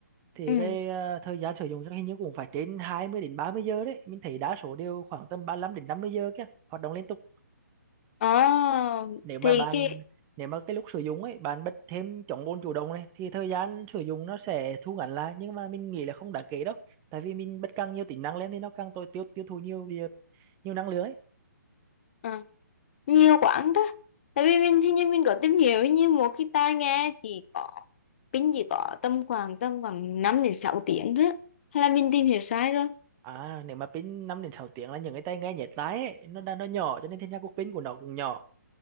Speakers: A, on the right; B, on the left.
A: thì
B: ừ
A: cái ờ, thời gian sử dụng chắc hình như cũng phải trên 20 đến 30 giờ đấy mình thấy đa số đều khoảng tầm ba lăm đến 50 giờ kia hoạt động liên tục
B: ờ
A: nếu mà
B: thì
A: bạn
B: cái
A: nếu mà cái lúc sử dụng ấy bạn bật thêm chống bồn chủ động này thì thời gian sử dụng nó sẽ thu ngắn lại nhưng mà mình nghĩ là không đáng kể đâu tại vì mình bật càng nhiều tính năng lên thì nó càng tối tiêu tiêu thụ nhiều nhiều nhiều năng lượng ấy
B: ờ, nhiều quãng đó tại vì mình hình như mình có tìm hiểu hình như một cái tai nghe chỉ có pin chỉ có tầm khoảng tầm khoảng 5 đến 6 tiếng đó hay là mình tìm hiểu sai rồi
A: à nếu mà pin 5 đến 6 tiếng là những cái tai nghe nhét tai ấy, nó đã- nó nhỏ cho nên thành ra cục pin của nó cũng nhỏ